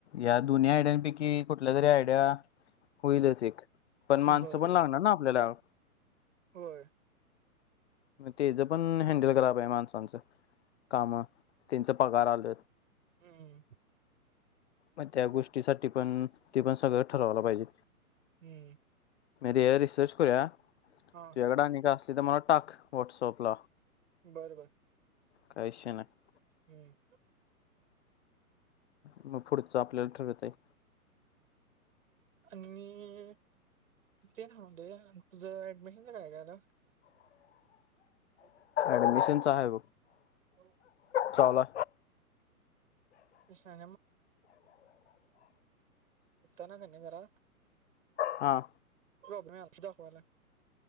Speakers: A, on the left (about 45°); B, on the right (about 60°).
A: या दोन्ही आयडियान पैकी कुठल्या तरी आयडिया होईलच एक, पण माणसं
B: बर
A: पण लागणार
B: बर
A: ना आपल्याला?
B: होय
A: मग तेच पण हॅंडल कराय पाहिजे माणसांचं काम त्यांच पगार आल
B: हम्म हम्
A: मग त्या गोष्टीसाठी पण ते पण सगळं ठरवाला पाहिजे
B: हम्म
A: म रिसर्च करूया तुझ्याकडे
B: हां
A: आणि असतील ति मला टाक व्हॉट्सअपला
B: बरबर
A: काय विषय नाही
B: हम्म
A: मग पुढचं आपल्याला ठरवता येतंय
B: आणि ते राहून दे, तुझं ऍडमिशनच काय काय झालं? अ
A: ऍडमिशनच आहे बघ
B: हो
A: चावला
B: <unintelligible> दता ना त्यांनी जरा <unintelligible>
A: हां
B: बोला